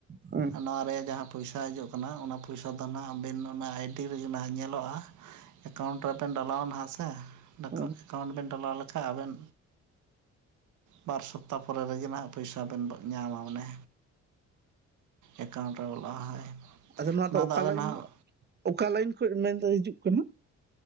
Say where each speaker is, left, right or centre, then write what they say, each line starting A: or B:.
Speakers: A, on the right (about 35°); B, on the right (about 75°).
A: ᱦᱮᱸ
B: ᱱᱚᱣᱟ ᱨᱮᱭᱟᱜ ᱡᱟᱦᱟᱸ ᱯᱚᱭᱥᱟ ᱦᱤᱡᱩᱜ ᱠᱟᱱᱟ ᱚᱱᱟ ᱯᱚᱭᱥᱟ ᱫᱚᱱ ᱦᱟᱸᱜ ᱟᱹᱵᱤᱱ ᱚᱱᱟ ᱟᱭᱰᱤ ᱨᱮᱜᱮ ᱱᱷᱟᱜ ᱧᱮᱞᱚᱜᱼᱟ᱾ ᱮᱠᱟᱣᱩᱱᱴ ᱨᱮᱵᱮᱱ ᱰᱟᱞᱟᱣᱟ ᱱᱷᱟᱜ ᱥᱮ ᱤᱱᱟᱹ
A: ᱦᱮᱸ
B: ᱠᱷᱟᱱ ᱮᱠᱟᱣᱩᱱᱴ ᱵᱮᱱ ᱰᱟᱞᱟᱣ ᱞᱮᱠᱷᱟᱡ ᱟᱵᱮᱱ ᱵᱟᱨ ᱥᱚᱯᱛᱟ ᱯᱚᱨᱮ ᱨᱮᱜᱮ ᱱᱟᱦᱟᱜ ᱯᱚᱭᱥᱟ ᱵᱮᱱ ᱧᱟᱢᱟ ᱚᱱᱮ᱾ ᱮᱠᱟᱣᱩᱱᱴ ᱨᱮ ᱵᱚᱞᱚᱜᱼᱟ᱾ ᱦᱳᱭ
A: ᱟᱫᱚ ᱱᱚᱣᱟ
B: ᱚᱱᱟ
A: ᱚᱠᱟ
B: ᱫᱚ ᱟᱞᱮ
A: ᱞᱟᱭᱤᱱ
B: ᱱᱟᱦᱟᱜ
A: ᱚᱠᱟ ᱞᱟᱭᱤᱱ ᱠᱷᱚᱡ ᱢᱮᱱ ᱫᱚ ᱦᱤᱡᱩᱜ ᱠᱟᱱᱟ?